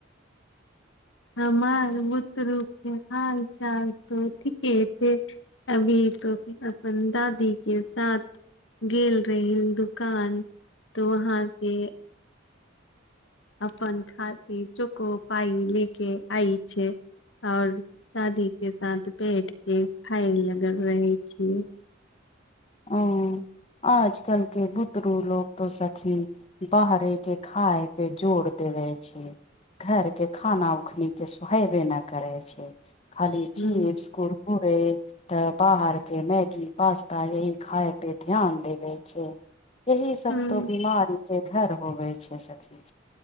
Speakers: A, on the left; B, on the left.
A: हमर बुतरु के हाल चाल तऽ ठीके छै। अभी तो अपन दादी के साथ गेल रहीयैन दुकान तऽ वहाँ से अपन खातिर चोको पाइ ले के आइ छै। और दादी के साथ बैठ के खाय लगल रहै छीयै।
B: आऊं आजकल के बुतरू लोक तो सखी बाहरे के खाय पे जोड़ देबे छै। घर के खाना उखनी के सोहैबे न करै छै। खाली
A: हूँ
B: चीप्स, कुरकुरे त बाहर के मैगी, पास्ता यही खाय पे ध्यान देबे छै, इही सब
A: हूँ
B: तो बीमारी के घर होवै छै सखी।